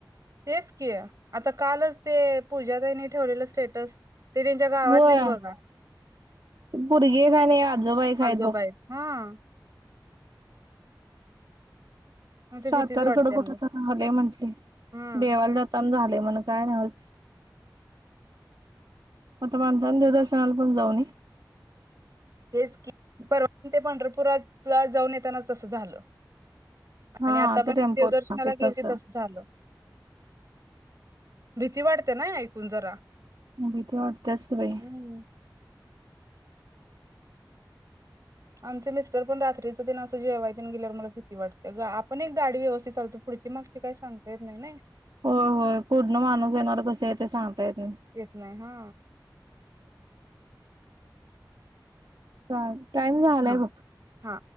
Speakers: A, on the right; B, on the right.
A: तेच की आता कालच ते पूज तईनी ठेवलेलं स्टेटस ते त्यांच्या गावातलीच
B: होय
A: बघा
B: पोरगी एक हाय आणि आजोबा एक हायत
A: आजोबा
B: बघ
A: आहेत. हा. मग ते
B: सातारकड
A: भीतीच वाटते
B: कुठ
A: मग
B: तर राहिले म्हंटले
A: हम्म
B: देवाला जाताना झाले म्हण काय नाही. मतदान निदर्शनाला पण जाऊन
A: तेच की परवान ते पंढरपुरातला जाऊन येताना तसं झालं.
B: हा
A: आणि आता पण
B: ते टेम्पो
A: देवदर्शनाला
B: पिकअपच
A: गेयचे तसं झालं. भीती वाढते ना ऐकून जरा
B: भीती वाटतेच ग बाई.
A: हम्म आमचे मिस्टर पण रात्रीच दिन असं जेवाय तथ गेल्यावर मला भीती वाटते आपण एक गाडी व्यवस्थित लतो पुढची मागची काही सांगता येत नाही.
B: हो हो पूर्ण माणूस येणार कस आहे ते सांगता येत नाही.
A: येत नाही हा.
B: टाइम झालाय
A: हा
B: बघ.
A: हा.